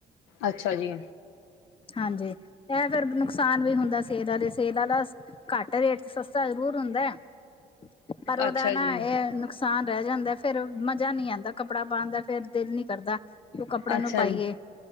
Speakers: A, on the left; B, on the left.
A: ਅੱਛਾ ਜੀ।
B: ਹਾਂਜੀ ਇਹ ਫੇਰ, ਨੁਕਸਾਨ ਵੀ ਹੁੰਦਾ ਸਿਹਤ ਵਾਲੇ ਸਿਹਤ ਵਾਲਾ। ਘੱਟ ਰੇਟ ਚ ਸਸਤਾ ਜ਼ਰੂਰ ਹੁੰਦਾ। ਪਰ ਉਹਦਾ
A: ਅੱਛਾ
B: ਨਾ
A: ਜੀ।
B: ਇਹ ਨੁਕਸ। ਤਾਂ ਰਹਿ ਜਾਂਦਾ ਫੇਰ ਮਜ਼ਾ ਨਹੀਂ ਆਉਂਦਾ, ਕੱਪੜਾ ਪਾਉਣ ਦਾ ਫੇਰ ਦਿਲ ਨੀ ਕਰਦਾ। ਉਹ ਕੱਪੜੇ
A: ਅੱਛਾ
B: ਨੂੰ ਪਾਈਏ
A: ਜੀ।